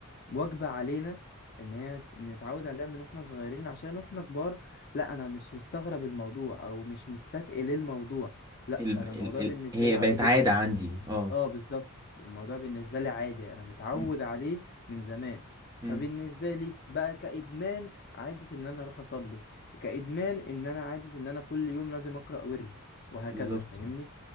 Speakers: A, on the left (about 45°); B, on the right (about 15°).
A: واجبة علينا ان هي نتعود عليها من واحنا صغيرين عشان واحنا كبار لا انا مش مستغرب الموضوع او مش مستثقل الموضوع لا
B: ال...
A: انا الموضوع
B: ال... ال...
A: بالنسبة
B: هي
A: لي عادي
B: بقت
A: جدا
B: عادة عندي أه
A: اه بالظبط الموضوع بالنسبة لي عادي انا متعود
B: مم.
A: عليه من زمان
B: مم.
A: فبالنسبة لي بقى كإدمان عادة ان انا اروح اصلي كإدمان ان انا عادة ان انا كل يوم لازم اقرأ ورد وهكذا
B: بالظبط
A: فاهمني